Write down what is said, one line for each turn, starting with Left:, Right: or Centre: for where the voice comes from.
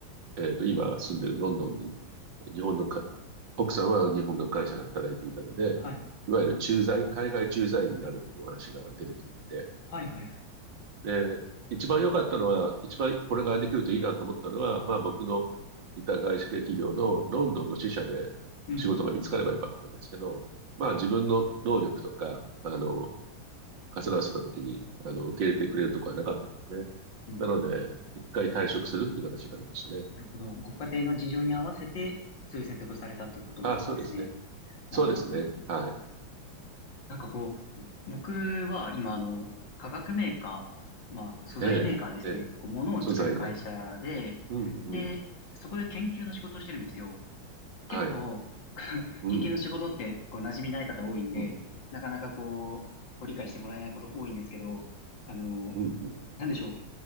Right: えっと、今住んでるロンドンに、日本のか、奥さんは日本の会社で働いていたので、
Left: はい。
Right: いわゆる駐在、海外駐在員になるっていうお話が出てきていて、
Left: はい、はい、はい。
Right: で、一番良かったのは、一番これができるといいなと思ったのは、まあ僕のいた外資系企業のロンドンの支社で仕事が見つかればよかったんですけど、
Left: うん、うん、
Right: まあ自分の能力とか、あの、重なわせた時に、
Left: うん。
Right: あの、受け入れてくれるとこはなかったんですね。
Left: うん、
Right: なので、
Left: うん。
Right: 一回退職するっていう形になりましたね。
Left: なるほど。ご家庭の事情に合わせて、そういう選択をされたということですね。
Right: ああ、そうですね。
Left: なるほど。
Right: そうですね。はい。
Left: なんかこう、僕は今、あの、化学メーカー、まあ、素材メーカーですね。
Right: ええ、ええ。
Left: こう、物を作る会社で、
Right: 素材ね。うん、うん。
Left: で、そこで研究の仕事をしてるんですよ。
Right: はい。
Left: 結構、<laughs>
Right: うん、
Left: 研究の仕事って、こう、馴染みない方多いんで、
Right: うん、
Left: なかなかこう、ご理解してもらえないこと多いんですけど、あの、
Right: うん、うん。
Left: なんでしょう。